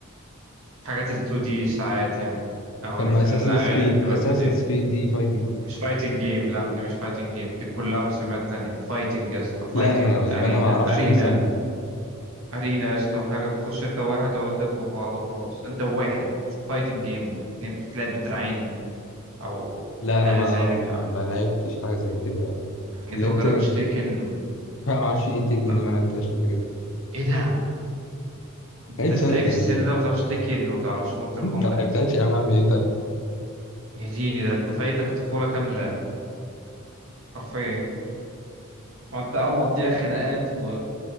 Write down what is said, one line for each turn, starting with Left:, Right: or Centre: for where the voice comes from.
Right: حاجات ال 2 دي ساعات يعني او
Left: طب
Right: في
Left: ما اساسن
Right: الغالب
Left: كريد
Right: بتبقى
Left: اساسن
Right: 2 دي
Left: كريد دي فايتنج
Right: مش فايتنج جيم لا دي مش فايتنج جيم دي كلها مسميات تانية فايتنج يا اسطى
Left: لا
Right: فايتنج
Left: انا يبقى
Right: ارينا
Left: انا ما اعرفش
Right: ارينا
Left: المسمى
Right: ارينا يا اسطى حاجة بتخش انت وواحد تقعدوا تدبوا في بعض وخلاص انت وواحد فايتنج جيم بتلعب بدراعين او
Left: لا
Right: ما
Left: انا
Right: الى
Left: ما
Right: ذلك
Left: ما,
Right: اه
Left: ما لعبتش حاجه زي كده
Right: انت
Left: لعبت
Right: ما جربتش تيكن
Left: لا ما اعرفش ايه تيك
Right: لا
Left: اني ما لعبتهاش قبل كده
Right: ايه ده انت
Left: لعبتش
Right: ازاي
Left: انا الحاجات
Right: في السن
Left: دي يا ابني.
Right: ده ما بتعرفش تيكن وما بتعرفش مورتال كومبات
Left: كملتهاش يا عم اعمل ايه طيب
Right: يا ديني ده انت فايتك طفولة كاملة حرفيا ما انت اه مقضيها خناقات و...